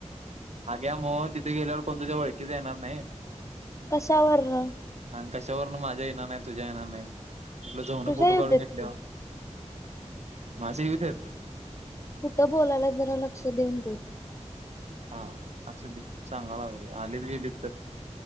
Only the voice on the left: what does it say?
कशावरण.
तुझ्या
येऊ
देत
की
कुठं बोलायला जरा लक्ष देऊन बोल <inaudible>